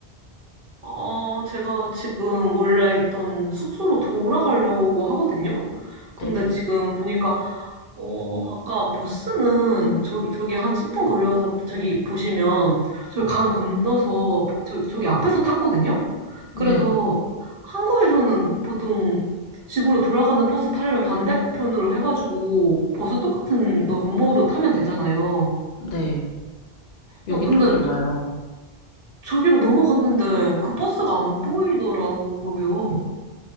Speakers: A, on the right; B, on the left.
A: 어, 제가 지금 원래 있던 숙소로 돌아가려고 하거든요. 근데
B: 네네.
A: 지금 보니까, 어, 아까 버스는 저기, 저기 한 10분 걸려서 저기 보시면 저기 강 건너서 저, 저기 앞에서 탔거든요.
B: 네.
A: 그래서
B: 네.
A: 한국에서는 보통 집으로 돌아가는 버스 타려면 반대편으로 해가지고 버스 똑같은 넘버로 타면 되잖아요.
B: 네. 여긴
A: 어, 근데
B: 좀 달라요.
A: 저기로 넘어갔는데 그 버스가 안 보이더라고요.